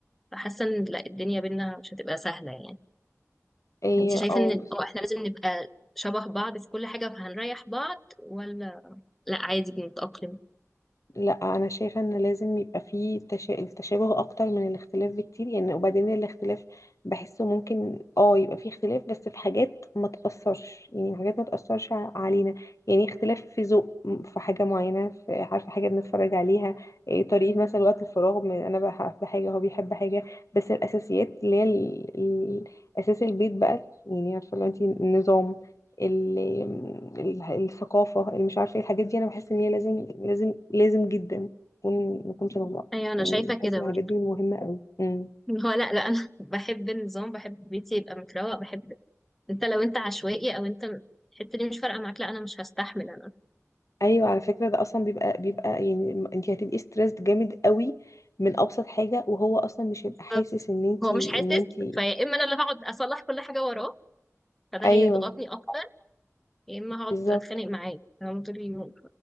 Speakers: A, in the centre; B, on the left.
A: حاسه ان لا الدنيا بينا مش هتبقى سهله يعني
B: ايه
A: انت شايفه
B: اه
A: ان اه احنا لازم نبقى شبه بعض في كل حاجه فهنريح بعض ولا لا عادي بنتاقلم
B: لا انا شايفه ان لازم يبقى فيه تش... التشابه اكتر من الاختلاف بكتير يعني وبعدين الاختلاف بحسه ممكن اه يبقى فيه اختلاف بس في حاجات ما تاثرش يعني في حاجات ما تاثرش ع- علينا يعني اختلاف في ذوق م- في حاجه معينه في عارفه حاجه بنتفرج عليها إيه طريقه مثلا وقت الفراغ من انا بحب حاجه هو بيحب حاجه بس الاساسيات اللي هي ال... ال- اساس البيت بقى يعني عارفه لو انت النظام ال- ال- الثقافة اللي مش عارفة ايه الحاجات دي انا بحس ان هي لازم لازم لازم جدا نكون نكون شبه بعض
A: ايوه انا
B: يعني
A: شايفه
B: بحس
A: كده
B: الحاجات
A: برضه
B: دي مهمة قوي امم
A: اللي هو لا لا انا <laughs> بحب النظام بحب بيتي يبقى متروق بحب انت لو انت عشوائي او انت الحته دي مش فارقه معاك لا انا مش هستحمل انا
B: ايوه على فكرة ده اصلا بيبقى بيبقى يعني انت هتبقي ستريسد جامد قوي من ابسط حاجة وهو اصلا مش هيبقى
A: بالظبط.
B: حاسس ان انت
A: هو
B: ان
A: مش حاسس
B: انت
A: فيا اما انا اللي هقعد اصلح كل حاجه وراه فده
B: ايوه
A: هيضغطني اكتر يا اما هقعد
B: بالظبط
A: اتخانق معاه تمام طول اليوم